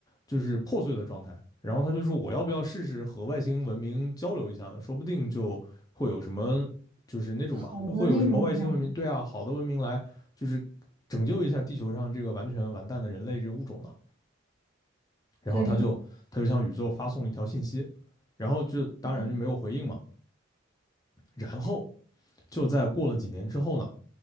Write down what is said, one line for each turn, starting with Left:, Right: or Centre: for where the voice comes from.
Left: 就是破碎的状态，然后他就说我要不要试试和外星文明交流一下呢？说不定就会有什么就是那种吧，
Right: 好的那种哈，
Left: 就会有什么外星文明，对啊，好的文明来就是拯救一下地球上这个完全完蛋的人类这个物种了。然后他就他就向宇宙发送了一条信息，
Right: 对，
Left: 然后就当然就没有回应嘛。
Right: 嗯
Left: 然后就在过了几年之后呢，